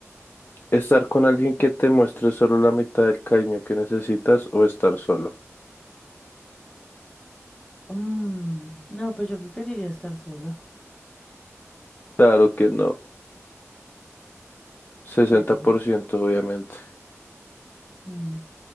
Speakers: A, on the left; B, on the left.
A: Estar con alguien que te muestre solo la mitad del cariño que necesitas o estar solo.
B: Mm, No, pues yo preferiría estar sola.
A: Claro que no, sesenta
B: Claro.
A: por ciento obviamente.
B: Mm.